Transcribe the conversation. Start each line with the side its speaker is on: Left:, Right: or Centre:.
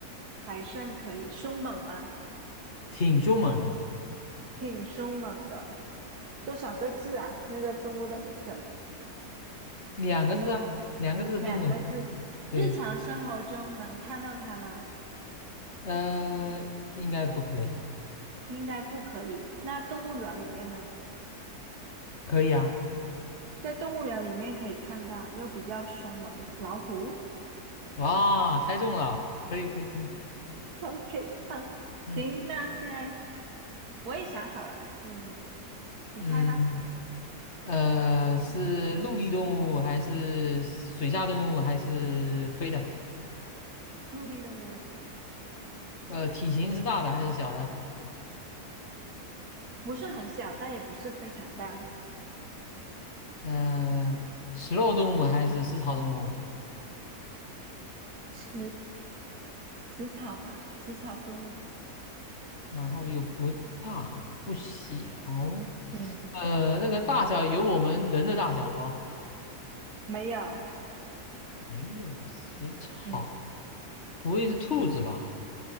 Right: 还算可以，凶猛吗？
Left: 挺凶猛的。
Right: 挺凶猛的。多少个字啊？那个动物的名称
Left: 两个字啊，两个字的动物很多对，
Right: 两个字。日常生活中能看到它吗？
Left: 呃，应该不可以。
Right: 应该不可以。那动物园里面呢？
Left: 可以啊。
Right: 在动物园里面可以看到又比较凶猛的老虎。
Left: 哇，猜中了，可以可以可以。
Right: OK，好，
Left: 嗯
Right: 行，那现在我也想好了，你你猜吧。
Left: 嗯呃，是陆地动物还是水下动物还是飞的？
Right: 陆地动物
Left: 呃，体型是大的还是小的？
Right: 不是很小，但也不是非常大，
Left: 呃，食肉动物还是食草动物？
Right: 食食草吧，食草动物。
Left: 然后又不大不小，
Right: 嗯，
Left: 呃，那个大小有我们人的大小不？
Right: 没有，
Left: 没有，还食草，
Right: 嗯，
Left: 不会是兔子吧？